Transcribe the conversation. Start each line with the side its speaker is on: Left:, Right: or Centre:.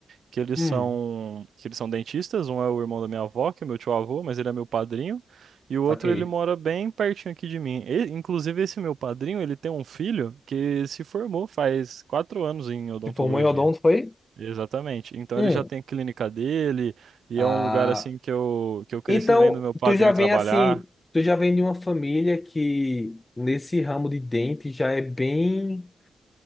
Right: Que eles
Left: Hum,
Right: são, que eles são dentistas. Um é o irmão da minha avó, que é meu tio-avô, mas ele é meu padrinho. E o
Left: saquei.
Right: outro, ele mora bem pertinho aqui de mim. E, inclusive, esse meu padrinho, ele tem um filho que se formou faz quatro anos em odontologia.
Left: Se formou em odonto, foi?
Right: Exatamente. Então
Left: Hum.
Right: ele já tem a clínica dele e
Left: Ah,
Right: é um lugar assim que eu que eu cresci
Left: então
Right: vendo meu padrinho
Left: tu já vem
Right: trabalhar.
Left: assim, tu já vem de uma família que nesse ramo de dente já é bem,